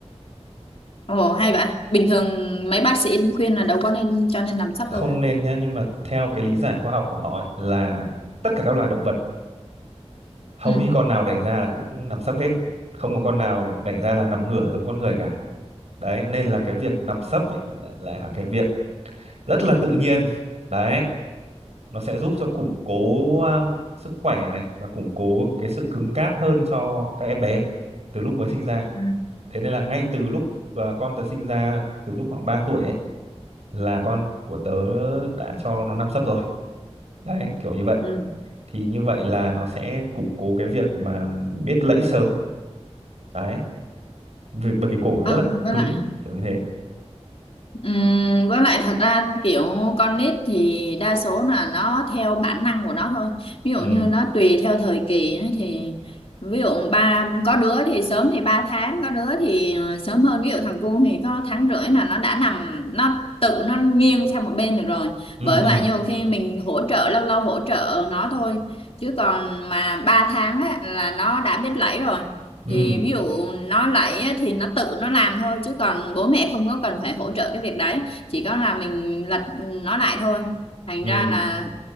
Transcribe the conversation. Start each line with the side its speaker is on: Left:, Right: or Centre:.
Left: Ồ hay vậy. Bình thường mấy bác sĩ khuyên là đâu có nên cho nên làm sắp
Right: không
Left: đâu ta.
Right: nên nhá nhưng mà theo cái lý giải khoa học của họ ấy, là tất cả các loài động vật hầu
Left: Ừ.
Right: như con nào đẻ ra là cũng nằm sấp hết không có con nào đẻ ra là nằm ngửa giống con người cả đấy nên là cái việc nằm sấp ấy lại lại là cái việc rất là tự nhiên đấy nó sẽ giúp cho củng cố um, sức khỏe này và củng cố cái sự cứng cáp hơn cho các em bé từ lúc mới sinh ra
Left: Ừ.
Right: thế nên là ngay từ lúc à, con tớ sinh ra từ lúc khoảng 3 tuổi ấy là con của tớ đã cho nó nằm sấp rồi đấy kiểu như vậy
Left: Ừ.
Right: thì như vậy là nó sẽ củng cố cái việc mà biết lẫy sớm đấy vì bởi vì cổ nó
Left: Không,
Right: rất là cứng
Left: với
Right: cứng
Left: lại
Right: kiểu như thế
Left: Ừm, với lại thật ra kiểu con nít thì đa số là nó theo bản năng của nó thôi ví dụ
Right: ừ
Left: như nó tùy theo thời kỳ ấy thì ví dụ ba có đứa thì sớm thì ba tháng có đứa thì ờ, sớm hơn ví dụ thằng cu thì có tháng rưỡi là nó đã nằm nó tự nó nghiêng sang một bên được rồi
Right: ừ
Left: bởi
Right: ừ
Left: vậy nhiều khi mình hỗ trợ lâu lâu hỗ trợ nó thôi chứ còn mà 3 tháng ấy, là nó đã biết lẫy rồi
Right: ừ
Left: thì ví dụ nó lấy á, thì nó tự nó làm thôi chứ còn bố mẹ không có cần phải hỗ trợ cái việc đấy chỉ có là mình lật nó lại thôi thành
Right: ừ
Left: ra là